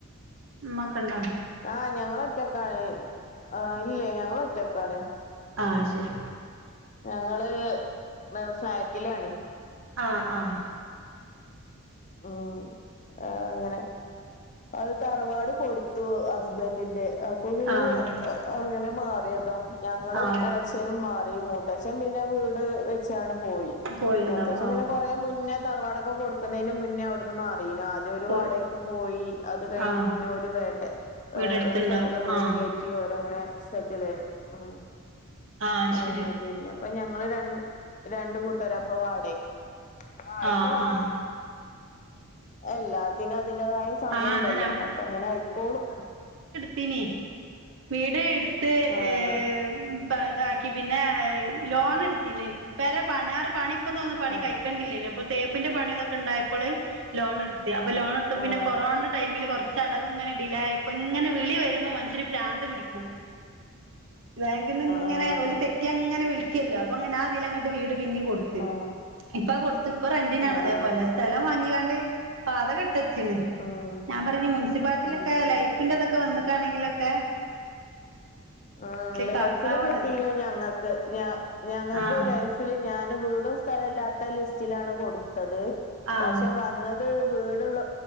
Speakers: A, on the right; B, on the left.
A: ഉമ്മ ഒക്കെ ഉണ്ടോ
B: എഹ് ഞങ്ങളൊറ്റക്കാണ് ആഹ് ഇല്ലേ ഞങ്ങളൊ റ്റക്കാണ്
A: ആഹ് ശരി
B: ഞങ്ങള് ഉം ഫ്ളാറ്റിലാണ്
A: ആഹ് ആഹ്
B: ഉം ആഹ് അങ്ങനെ അത് തറവാട് കൊടുത്തു ഹസ്ബന്റിന്റെ. അപ്പൊ പിന്നെ
A: ആഹ്
B: അങ്ങനെ മാറിയതാ ഞങ്ങളും
A: ആഹ്
B: എളച്ഛനും മാറി മൂത്തച്ഛൻ പിന്നെ വീട് വെ ചാണ്ട് പോയി
A: പോയിണ്ടാവും
B: മൂത്തച്ഛൻ
A: ആഹ്
B: പിന്നെ കൊ കൊറേ മുന്നെ തറവാടൊക്കെ കൊടുക്കുന്നേന്റെ മുന്നേ അവിടുന്ന് മാറീനു ആദ്യം ഒരു
A: പോയി
B: വാടകക്ക് പോയി അത് കഴിഞ്ഞ്
A: ആഹ്
B: പിന്നെ ഓര് വേട്ടെ
A: വീടെടുത്തുണ്ടാവും
B: ഒരു സ്ഥലത്ത് വീട്
A: ആഹ്
B: കേ കേറ്റി ഓരങ്ങനെ സെറ്റിൽ <unintelligible> ഉം
A: ആഹ് ശരി
B: അങ്ങനെ പിന്നെ ഇപ്പൊ ഞങ്ങള് രണ്ട് രണ്ടു കൂട്ടരാപ്പൊ വാടകക്ക് നിക്കുന്നത് ആയിട്ട്
A: ആഹ്
B: വാണം.
A: ആഹ്
B: എല്ലാത്തിനും അതിൻ്റേതായ സ സമയിണ്ടല്ലോ
A: ആഹ് അതെ
B: അപ്പൊ അങ്ങനെ ആയിക്കോളും
A: പിന്നെ വീട് ഇട്ത്ത്
B: ആഹ്
A: ഏഹ് പ്പ ഇതാക്കി പിന്ന ലോൺ ഇട്ത്തീനി. പെര പണി ഞാരു പണി ഇപ്പം തോന്നു പണി
B: ആഹ്
A: കഴ ക്കണ്ടില്ലേനി ഇപ്പോ തേപ്പിന്റെ പണി ഇതൊക്കെ ഇണ്ടായപ്പള് ലോൺ എടുത്ത് അപ്പൊ ലോൺ എട്ത്തപ്പ
B: ആഹ്
A: പിന്നെ കൊറോന്റെ ടൈമില് കൊറ്ച്ചടവ് ഇങ്ങനെ ഡിലെ ആയപ്പോ ഇങ്ങനെ വിളി വരുമ്പോ മനുഷ്യന് പ്രാന്ത് പിടിക്കും ബാങ്കിന്ന് ഇങ്ങനെ
B: ആഹ്
A: ഓല് തെറ്റിയ് ഇങ്ങനെ വിളിക്കല്ലോ അപ്പൊ അങ്ങനെ ആതീലങ്ങട്ട് വീട് പിന്നിം കൊടുത്തു
B: ആഹ്
A: ത്ത്ഇപ്പഹ് കൊട്ത്ത് ഇപ്പൊ റെന്റിനാണോ
B: ആഹ്
A: അതേപോലെ സ്ഥലം വാങ്ങിക്കാണ്ട് പാത കട് തച്ചിന്
B: ഉം
A: ഞാൻ പറഞ്ഞ് മുനിസിപ്പാലിറ്റിയിലൊക്കെ
B: ഉം
A: ലൈഫിന്റെ ഇതൊക്കെ വന്നിക്കാണെങ്കിലൊക്കെ
B: ആഹ് ലൈഫില്
A: കാട്ടാവ
B: കിട്ടീല ഞങ്ങ ഞ ഞങ്ങക്ക്
A: ആഹ്
B: ലൈഫില് ഞാനും വീടും സ്ഥലൊ ഇല്ലാത്ത ലിസ് ചിലാണ് കൊടുത്തത്.
A: ആഹ്
B: പക്ഷെ വന്നത് വീടുള്ള